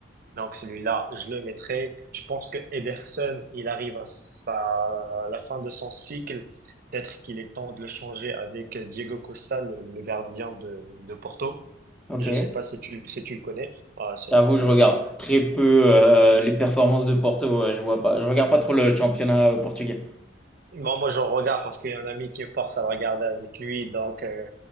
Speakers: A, on the right; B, in the centre.
A: Donc celui-là, je le mettrai. Je pense que Ederson, il arrive à, sa, à la fin de son cycle. Peut-être qu'il est temps de le changer avec Diego Costa, le, le gardien de, de Porto.
B: Ok.
A: Je sais pas si tu, si tu le connais. Ah, c'est
B: Je t'avoue,
A: l'un des,
B: je regarde très peu euh, les performances de Porto. ouais, je vois pas. Je regarde pas trop le championnat euh, portugais.
A: Bon, moi, je regarde parce qu'il y a un ami qui me force à le regarder avec lui. Donc, euh,